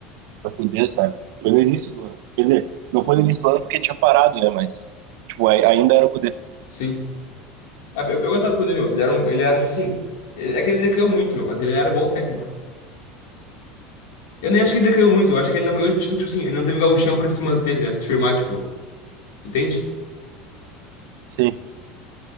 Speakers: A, on the right; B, on the left.
A: O Kudê, sabe? Foi no início do ano. Quer dizer, não foi no início do ano porque tinha parado, né? Mas, tipo, ai- ainda era o Kudê.
B: Sim. Ah, Eu, eu gostava do Kudê, meu. Ele era, um, ele era tipo assim. ele- é que ele decaiu muito, meu, mas ele era um bom técnico. Eu nem acho que ele decaiu muito, eu acho que ele não ganhou título, tipo assim, ele não teve gauchão pra se manter, tá se firmar, tipo. Entende?
A: Sim.